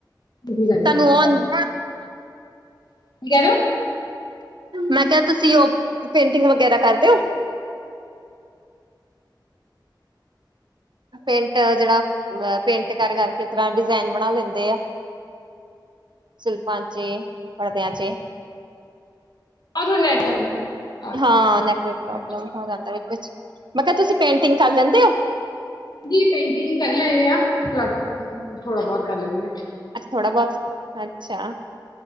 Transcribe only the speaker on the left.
ਠੀਕ ਆ ਫਿਰ
ਕੀ ਕਹਿ ਰਹੇ ਹੋ
<unintelligible> ਜਾਂਦਾ ਹੈ ਆ ਗਿਆ
ਨੈਟ
ਹਾਂਜੀ
ਹਾਂਜੀ! ਪੇਂਟਿੰਗ ਕਰ ਲੈਂਦੇ ਆ। ਪਲੱਸ ਥੋੜਾ ਬਹੁਤ ਕਰ ਲੈਂਣੀ ਹਾਂ।